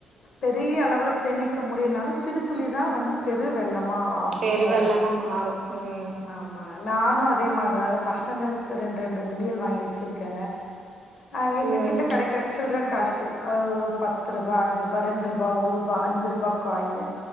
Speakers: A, on the left; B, on the right.
A: பெரிய அளவுல சேமிக்க முடியலனாலு சிறு துளிதா வந்து பெரு வெள்ளமா
B: பெரு
A: உருவாகு
B: வெள்ளமா மாறு ம்
A: ஆமா நானு அதே மாரிதாங்க பசங்களுக்கு ரெண்டு ரெண்டு உண்டியல் வாங்கி வெச்சுருக் க அ எங்க
B: ம்
A: கிட்ட கெடைக்கற சில்ற காசு அ பத்து ரூபா அஞ்சு ரூபா ரெண்டு ரூபா ஒர்ரூபா அஞ்சு ரூபா காயினு